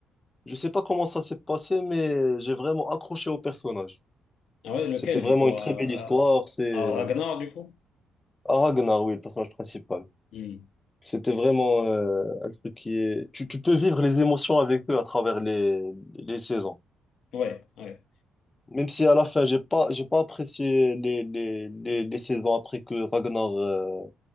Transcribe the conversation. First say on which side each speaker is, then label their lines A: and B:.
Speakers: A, on the left; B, on the left.
A: Je sais pas comment ça s'est passé, mais j'ai vraiment accroché au personnage.
B: Ah ouais, lequel,
A: C'était vraiment
B: du coup?
A: une
B: À,
A: très
B: à-
A: belle histoire. C'est
B: à Ragnar, du coup?
A: ah, Ragnar, oui, le personnage principal.
B: Hmm.
A: C'était vraiment, euh, un truc qui est, tu, tu peux vivre les émotions avec eux à travers les, les saisons.
B: Ouais, ouais.
A: Même si à la fin, j'ai pas, j'ai pas apprécié les, les, les, les saisons après que Ragnar euh,